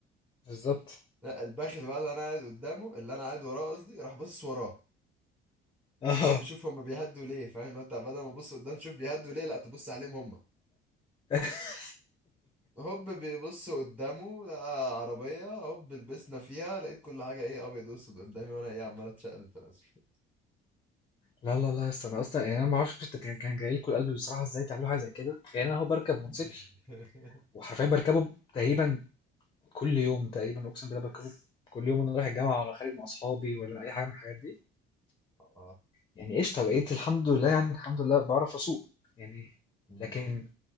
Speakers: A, on the left (about 25°); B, in the centre.
A: بالضبط.
B: لا الباخل بقى اللي انا قاعد قدامه اللي انا قاعد وراه قصدي راح باصص وراه
A: آه.
B: اللي هو بيشوف هما بيهدوا ليه فاهم اللي هو انت بدل ما تبص قدام تشوف بيهدوا ليه لا تبص عليهم هما
A: <laughs>
B: هوب بيبص قدامه لقى عربية هوب لبسنا فيها لقيت كل حاجة ايه ابيض واسود قدامي وانا ايه عمال اتشقلب في الاسفل
A: لا، لا، لا، يا اسطى أنا أصلًا يعني أنا ما أعرفش أنت كان كان جاي لكم القلب بصراحة إزاي تعملوا حاجة زي كده، يعني أنا أهو باركب موتوسيكل
B: <laughs>
A: وحرفيًا باركبه تقريبًا كل يوم تقريبًا أقسم بالله باركبه كل يوم وأنا رايح الجامعة ولا خارج مع أصحابي ولا أي حاجة من الحاجات دي،
B: اه
A: يعني قشطة بقيت الحمد لله يعني الحمد لله باعرف أسوق، يعني
B: مم.
A: لكن